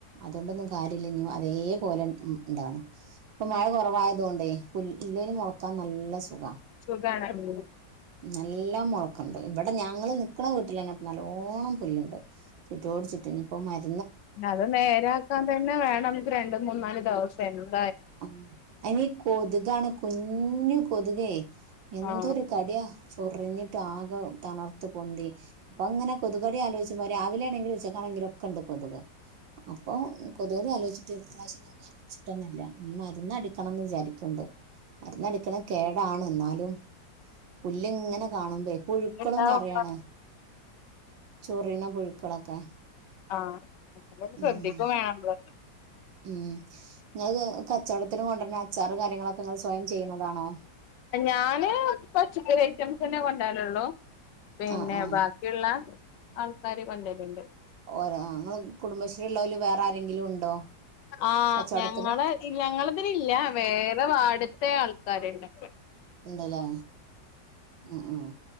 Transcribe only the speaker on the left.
സുഖാണ്. ഉം.
അത് നേരാക്കാൻ തന്നെ വേണം നമുക്ക് രണ്ട മൂന്നാല് ദിവസം ന്നാല്.
ആഹ്
ഉണ്ടാവും
ആ അതുകൊണ്ട് ശ്രദ്ധിക്കും
വേണം നമ്മള്.
ഞാന് പച്ചക്കറി ഐറ്റംസ് തന്നെ കൊണ്ടരലൊള്ളൂ. പിന്നെ
ബാക്കിയുള്ള ആൾക്കാര് കൊണ്ടരലുണ്ട്.
ആ
ഞങ്ങള് ഞങ്ങളതിലില്ല വേറെ വാഡിൽത്തെ ആൾക്കാരൊണ്ട്.